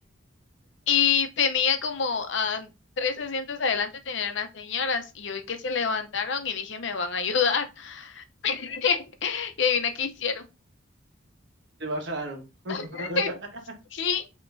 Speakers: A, on the left; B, on the right.
A: Y tenía como ah, tres asientos adelante, tenían unas señoras y hoy que se levantaron y dije, me van a ayudar. <laughs> Y adivina qué hicieron.
B: Te bajaron. <laughs>
A: <laughs> Sí,